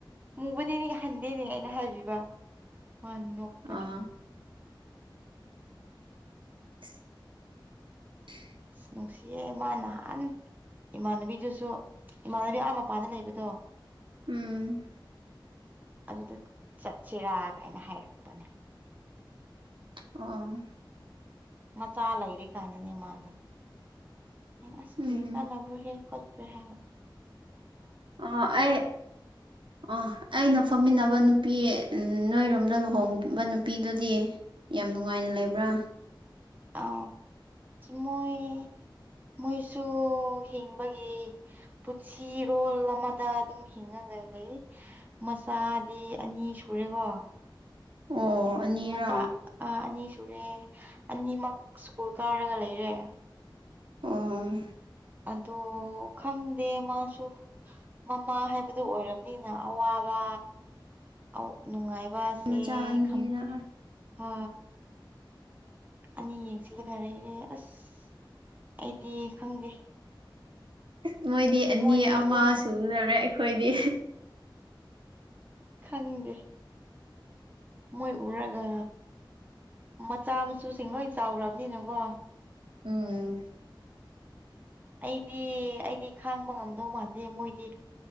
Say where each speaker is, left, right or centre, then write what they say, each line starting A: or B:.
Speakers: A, on the right (about 20°); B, on the right (about 75°).
A: ꯃꯨꯕꯗꯤꯗꯤ ꯍꯟꯗꯦꯅꯦ ꯑꯩꯅ ꯍꯥꯏꯕꯤꯕ
B: <inaudible> <unintelligible>
A: ꯃꯥ ꯅꯣꯛꯄꯔ
B: ꯑꯥ <inaudible> <unintelligible>
A: ꯅꯨꯡꯁꯤꯌꯦꯦ ꯃꯥ ꯅꯍꯥꯟ ꯏꯃꯥꯟꯅꯕꯤꯗꯨꯁꯨ ꯏꯃꯥꯟꯅꯕꯤ ꯑꯥ ꯃꯄꯥꯗ ꯂꯩꯕꯗꯣ
B: ꯎꯝ
A: ꯑꯗꯨꯗ ꯆꯠꯁꯤꯔꯥ ꯀꯥꯏꯅ ꯍꯥꯏꯔꯛꯄꯅꯦ
B: ꯑ
A: ꯃꯆꯥ ꯂꯩꯔꯤ ꯀꯥꯟꯗꯅꯦ ꯃꯥꯗ ꯑꯁ
B: ꯎꯝ
A: ꯀꯔꯤ ꯀꯥꯟꯅꯅꯕ꯭ꯔꯣ ꯍꯦ ꯈꯣ꯭ꯔꯣ ꯍꯥꯏ
B: ꯑ ꯑꯩ ꯑ ꯑꯩꯅ ꯐꯝꯃꯤꯟꯅꯕ ꯅꯨꯄꯤ ꯅꯣꯏꯔꯣꯝꯗ ꯂꯨꯍꯣꯡꯕ ꯅꯨꯄꯤꯗꯨꯗꯤ ꯌꯥꯝ ꯅꯨꯡꯉꯥꯏꯅ ꯂꯩꯕ꯭ꯔꯥ
A: ꯑ ꯃꯣꯏ ꯃꯣꯏꯁꯨ ꯍꯤꯡꯕꯒꯤ ꯄꯨꯟꯁꯤꯔꯣꯜ ꯑꯃꯗ ꯑꯗꯨꯝ ꯍꯤꯡꯉꯒ ꯂꯩ ꯃꯆꯥꯗꯤ ꯑꯅꯤ ꯁꯨꯔꯦꯀꯣ
B: ꯑꯣ
A: ꯎꯝ
B: ꯑꯅꯤꯔꯥ
A: ꯃꯆꯥ ꯑꯅꯤ ꯁꯨꯔꯦ ꯑꯅꯤꯃꯛ ꯁ꯭ꯀꯨꯜ ꯀꯥꯔꯒ ꯂꯩꯔꯦ
B: ꯑꯣ
A: ꯑꯗꯣ ꯈꯪꯗꯦ ꯃꯥꯁꯨ ꯃꯃꯥ ꯍꯥꯏꯕꯗꯨꯣ ꯑꯣꯏꯔꯕꯅꯤꯅ ꯑꯋꯥꯕ ꯑ ꯅꯨꯡꯉꯥꯏꯕꯁꯦ
B: ꯃꯆꯥ ꯑꯅꯤꯔ
A: ꯈꯪꯗ꯭ꯔꯦ ꯑ ꯑꯅꯤ ꯌꯦꯡꯁꯤꯜꯂꯒ ꯂꯩꯔꯦ ꯑꯁ ꯑꯩꯗꯤ ꯈꯪꯗꯦ
B: ꯑ ꯃꯣꯏꯗꯤ ꯑꯅꯤ
A: ꯃꯣꯏ
B: ꯑꯃ
A: ꯑꯗꯨꯝ
B: ꯁꯨꯗꯔꯦ ꯑꯩꯈꯣꯏꯗꯤ
A: ꯈꯪꯗꯦ ꯃꯣꯏ ꯎꯔꯒ ꯃꯆꯥ ꯃꯁꯨꯨꯁꯤꯡ ꯂꯣꯏ ꯆꯥꯎꯈ꯭ꯔꯕꯅꯤꯅꯀꯣ
B: ꯎꯝ
A: ꯑꯩꯗꯤ ꯑꯩꯗꯤ ꯈꯥꯡꯕ ꯉꯝꯗꯧ ꯃꯥꯟꯗꯦ ꯃꯣꯏꯗꯤ